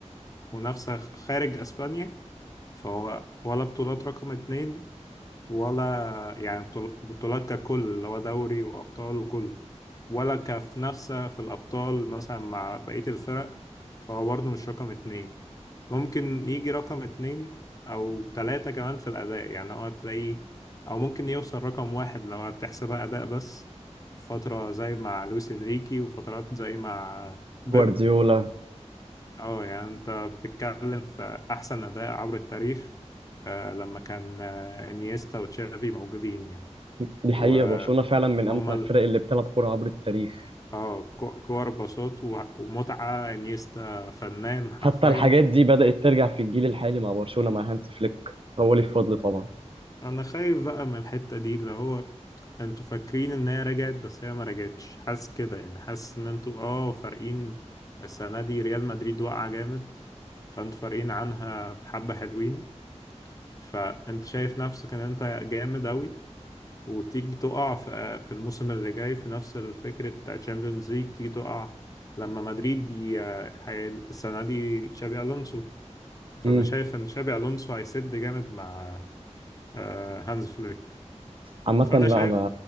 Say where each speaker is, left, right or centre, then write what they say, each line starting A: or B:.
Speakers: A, on the left; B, on the right.
A: ومنافسة خارج اسبانيا فهو ولا بطولات رقم اتنين ولا يعني بطول- بطولات ككل اللي هو دوري وأبطال وكله ولا كمنافسة في الأبطال مثلا مع بقية الفرق فهو برضه مش رقم اتنين ممكن يجي رقم اتنين أو تلاتة كمان في الأداء يعني هو هتلاقيه أو ممكن يوصل رقم واحد لو هتحسبها أداء بس فترة زي مع لويس إنريكي وفترات زي مع بيب
B: جوارديولا
A: اه يعني انت بتتكلم في احسن اداء عبر التاريخ آه، لما كان آه، انيستا وتشافي موجودين يعني
B: دي حقيقه
A: وهم
B: برشلونه فعلا من امتع
A: ال-
B: الفرق اللي بتلعب كوره عبر التاريخ
A: اه كو- كور باصات و- ومتعة انيستا فنان حرفيا
B: حتى الحاجات دي بدات ترجع في الجيل الحالي مع برشلونه مع هانس فليك هو ليه فضل طبعا
A: انا خايف بقى من الحتة دي اللي هو انتوا فاكرين ان هي رجعت بس هي ما رجعتش حاسس كده يعني حاسس ان انتوا اه فارقين السنة دي ريال مدريد واقعة جامد فانتوا فارقين عنها بحبة حلوين فانت شايف نفسك ان انت جامد اوي وتيجي تقع في في الموسم اللي جاي في نفس الفكرة بتاع تشامبيونز ليج تيجي تقع لما مدريد ي- هي- السنة دي تشابي ألونسو فأنا
B: امم
A: شايف إن تشابي ألونسو هيسد جامد مع آه، هانز فليك
B: عامه
A: فانا
B: لا
A: شايف
B: انا